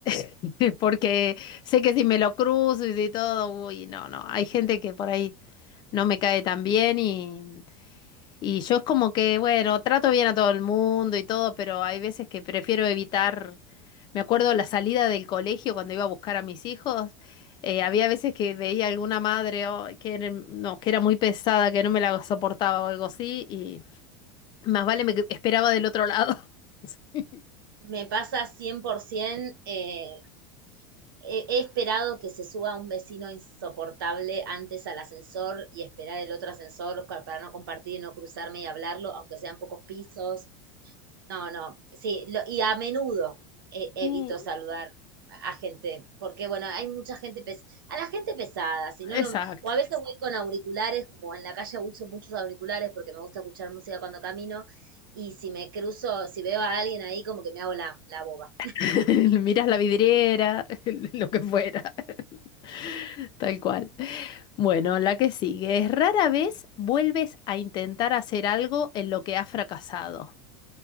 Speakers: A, on the left; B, on the right.
A: <laughs> Porque sé que si me lo cruzo y si todo, uy, no, no. Hay gente que por ahí no me cae tan bien y, y yo es como que, bueno, trato bien a todo el mundo y todo, pero hay veces que prefiero evitar. Me acuerdo la salida del colegio cuando iba a buscar a mis hijos. eh, había veces que veía alguna madre oh, que, era, no, que era muy pesada, que no me la soportaba o algo así, y más vale me que- esperaba del otro lado. <laughs> Sí,
B: Me pasa 100%, eh, he, he esperado que se suba un vecino insoportable antes al ascensor y esperar el otro ascensor ca- para no compartir y no cruzarme y hablarlo, aunque sean pocos pisos. No, no, sí, lo- y a menudo eh, evito
A: Mm,
B: saludar a gente, porque bueno, hay mucha gente pes- a la gente pesada, si no,
A: Exacto.
B: no, o a veces voy con auriculares, como en la calle uso muchos auriculares porque me gusta escuchar música cuando camino, y si me cruzo, si veo a alguien ahí, como que me hago la, la boba.
A: <laughs> miras la vidriera, <laughs> lo que fuera, <laughs> tal cual. Bueno, la que sigue es rara vez vuelves a intentar hacer algo en lo que has fracasado.